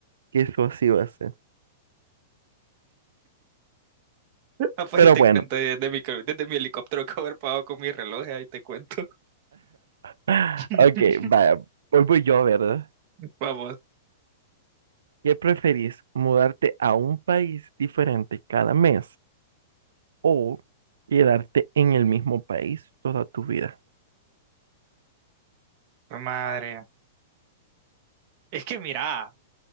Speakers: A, on the right; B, on the right.
A: que eso así va a ser.
B: Ah, pues
A: Pero
B: ahí te
A: bueno,
B: cuento desde mi, co- desde mi helicóptero <laughs> que haber pagado con mi reloj, ahí te cuento.
A: <laughs>
B: <laughs>
A: ok, vaya, hoy voy yo, ¿verdad?
B: Vamos.
A: ¿Qué preferís, mudarte a un país diferente cada mes o quedarte en el mismo país toda tu vida?
B: Madre Es que mira,